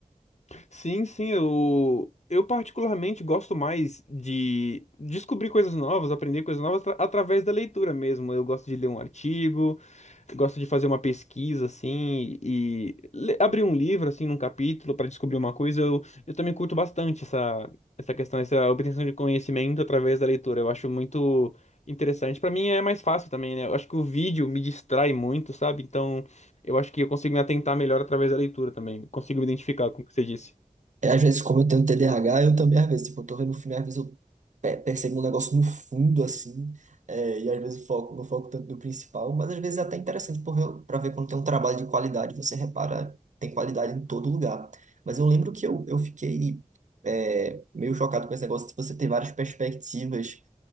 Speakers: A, on the left; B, on the right.
A: Sim, sim, eu, eu particularmente gosto mais de descobrir coisas novas, aprender coisas novas atra- através da leitura mesmo. Eu gosto de ler um artigo, eu gosto de fazer uma pesquisa assim e le- abrir um livro assim num capítulo para descobrir uma coisa. Eu, eu também curto bastante essa essa questão, essa obtenção de conhecimento através da leitura. Eu acho muito interessante. Para mim é mais fácil também, né? Eu acho que o vídeo me distrai muito, sabe? Então, eu acho que eu consigo me atentar melhor através da leitura também. Consigo me identificar com o que você disse.
B: Às vezes, como eu tenho TDAH, eu também, às vezes, tipo, eu tô vendo um filme, às vezes eu pe- percebo um negócio no fundo, assim, é, e às vezes foco, não foco tanto no principal, mas às vezes é até interessante porque eu para ver quando tem um trabalho de qualidade, você repara, tem qualidade em todo lugar. Mas eu lembro que eu, eu fiquei é, meio chocado com esse negócio de você ter várias perspectivas